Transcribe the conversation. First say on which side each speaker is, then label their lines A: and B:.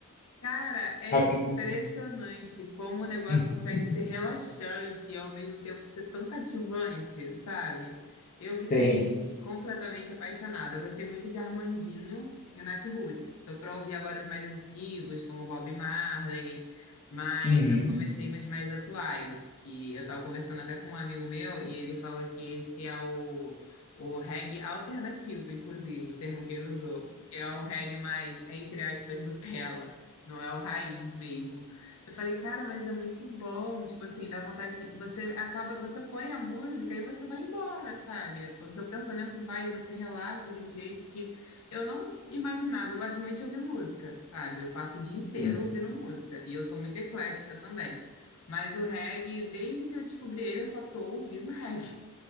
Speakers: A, on the left; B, on the left.
A: Cara, é
B: Acredito.
A: impressionante como o negócio
B: <laughs>
A: consegue ser relaxante e ao mesmo tempo ser tão cativante, sabe? Eu fiquei
B: Sei.
A: completamente apaixonada. Eu gostei muito de Armandinho e Nat Roots. Tô para ouvir agora os mais antigos, como Bob Marley, mas
B: Uhum.
A: eu comecei nos mais atuais, que eu tava conversando até com um amigo meu e ele falou que esse é o, o reggae alternativo, inclusive, o termo que ele usou. Que é um reggae mais, entre aspas, Nutella. Não é o raiz mesmo. Eu falei, cara, mas é muito bom. Tipo assim, dá vontade de... Você acaba, você põe a música e você vai embora, sabe? O seu pensamento vai, você relaxa de um jeito que eu não imaginava. Eu gosto muito de ouvir música, sabe? Eu passo o dia inteiro
B: Sim.
A: ouvindo música. E eu sou muito eclética também. Mas o reggae, desde que eu descobri ele, eu só tô ouvindo <laughs> reggae.